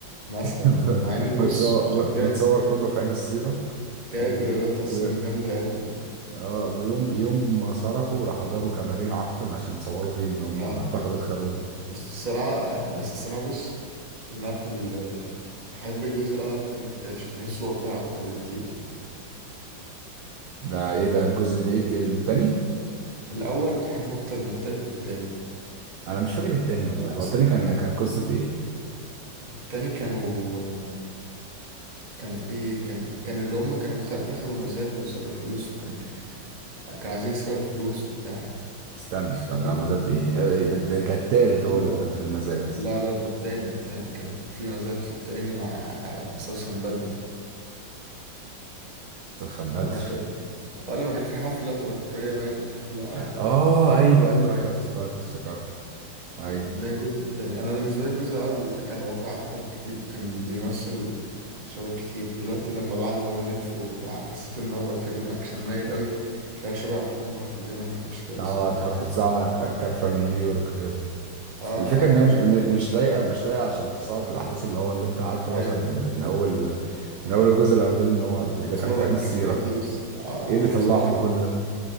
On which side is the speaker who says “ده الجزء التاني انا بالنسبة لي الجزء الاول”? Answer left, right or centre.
Right